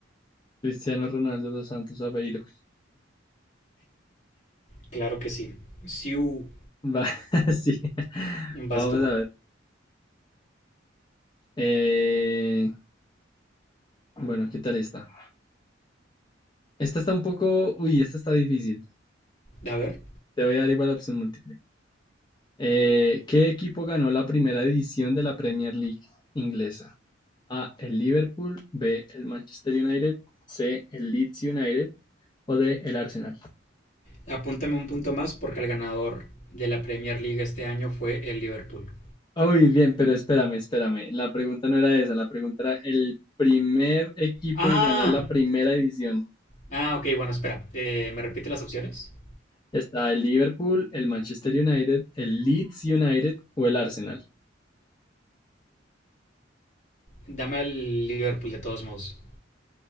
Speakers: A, on the left; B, on the left.
A: Cristiano Ronaldo dos Santos Aveiro.
B: Claro que sí. Siu,
A: Va, <laughs> sí.
B: vas
A: Vamos
B: tú.
A: a ver. Eh, bueno, ¿qué tal está? Esta está un poco. Uy, esta está difícil.
B: A ver,
A: Te voy a dar igual la opción múltiple. Eh, ¿qué equipo ganó la primera edición de la Premier League inglesa? A, el Liverpool, B, el Manchester United, C, el Leeds United o D, el Arsenal.
B: apúntame un punto más porque el ganador de la Premier League este año fue el Liverpool.
A: Uy, bien, pero espérame, espérame. La pregunta no era esa, la pregunta era el primer equipo
B: ¡Ah!
A: en ganar la primera edición.
B: Ah, ok, bueno, espera. Eh, ¿me repite las opciones?
A: Está el Liverpool, el Manchester United, el Leeds United o el Arsenal.
B: Dame al Liverpool de todos modos.